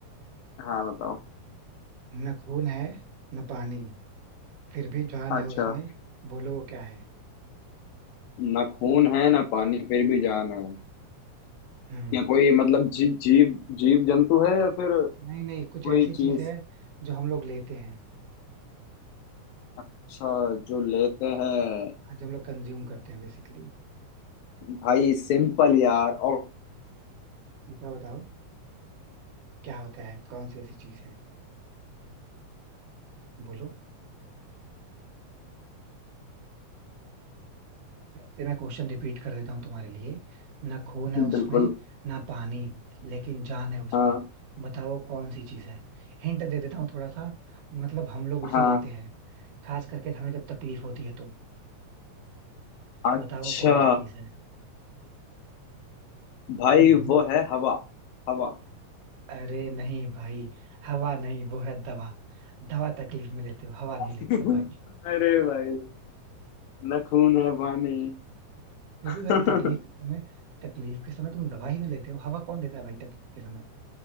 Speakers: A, on the left; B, on the right.
A: हाँ बताओ
B: न खून है न पानी फिर भी जान
A: अच्छा
B: है उसमें बोलो वो क्या है
A: ना खून है ना पानी फिर भी जान है
B: हम्म
A: या कोई मतलब जी, जीव जीव जंतु है या फिर
B: नहीं नहीं कुछ
A: कोई
B: ऐसी
A: चीज
B: चीज है जो हम लोग लेते हैं
A: अच्छा जो लेते हैं
B: हाँ, जो हम लोग कंज्यूम करते हैं बेसिकली
A: भाई सिंपल यार और
B: बताओ बताओ क्या होता है कौन सी ऐसी चीज है बोलो फिर से मैं क्वेश्चन रिपीट कर देता हूँ तुम्हारे लिए ना खून है उसमें
A: बिल्कुल
B: ना पानी लेकिन जान है उसमें
A: हाँ
B: बताओ वो कौन सी चीज है हिंट दे देता हूँ थोड़ा सा मतलब हम लोग उसे
A: हाँ
B: लेते हैं खास करके हमें जब तकलीफ होती है तो
A: अच्छा
B: बताओ वो कौन सी चीज है
A: भाई
B: हम्म हम्म।
A: वो है हवा हवा
B: अरे नहीं भाई हवा नहीं वो है दवा दवा तकलीफ में लेते हो हवा नहीं लेते
A: <laughs>
B: हो भाई
A: अरे भाई ना खून है पानी
B: फिर
A: <laughs>
B: भी भाई तकलीफ के समय तकलीफ के समय तुम दवा ही ना लेते हो हवा कौन लेता है भाई तकलीफ के समय